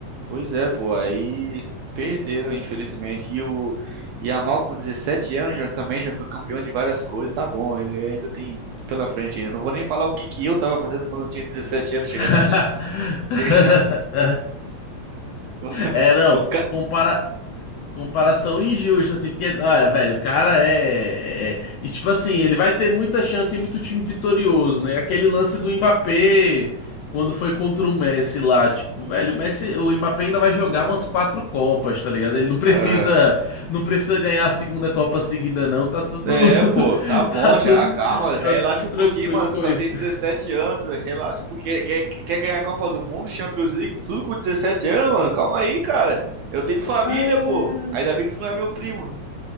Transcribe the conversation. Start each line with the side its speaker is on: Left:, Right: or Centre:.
Right: Pois é, pô, aí perderam, infelizmente. E o Yamal com 17 anos já também já foi campeão de várias coisas, tá bom, ele ainda tem muito pela frente ainda. Não vou nem falar o que que eu tava fazendo quando eu tinha 17 anos, chega
Left: <laughs>
Right: a ser... Chega... <laughs>
Left: É, não,
Right: O
Left: compara, comparação injusta, assim, porque, olha, velho, o cara é, é- é, E, tipo assim, ele vai ter muita chance e muito time vitorioso, né? Aquele lance do Mbappé, quando foi contra o Messi lá, tipo, velho, o Messi, o Mbappé ainda vai jogar umas quatro Copas, tá ligado? Ele não precisa,
Right: cara...
Left: não precisa ganhar a segunda Copa seguida, não, tá tudo,
Right: É,
Left: <laughs>
Right: pô, tá bom
Left: tá tudo,
Right: já, calma, relaxa
Left: tá tudo tranquilo
Right: um pouquinho, mano.
Left: com
Right: Só
Left: isso.
Right: tem 17 anos, relaxa um pouquinho. Quer, quer quer ganhar a Copa do Mundo, Champions League, tudo com 17 anos, mano. Calma aí, cara. Eu tenho família,
Left: <laughs>
Right: pô. Ainda bem que tu não é meu primo.